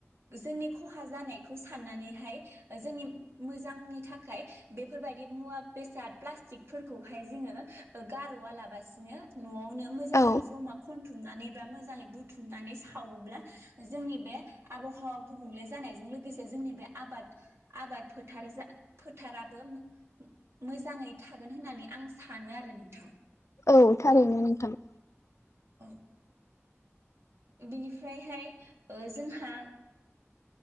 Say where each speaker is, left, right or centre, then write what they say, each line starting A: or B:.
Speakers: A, on the right; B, on the left.
A: जोंनि खहा जानाय खौ साननानैहाय जोंनि मोजांनि थाखाय बेफोरबायदि मुवा बेसाद प्लास्टिकफोरखौहाय जोङो गार'वालाबासिनो न'आव नो मोजाङै
B: औ
A: जमा खनथुमनानै बा मोजाङै बुथुमनानै सावोब्ला जोंनि बे आबहावा गुबुंले जानायजों लोगोसे जोंनि बे आबाद आबाद फोथारा फोथाराबो मो-मोजाङै थागोन होननानै आं सानो आरो नोंथां।
B: औ थारैनो नोंथां।
A: ओं। बिनिफ्रायहाय जोंहा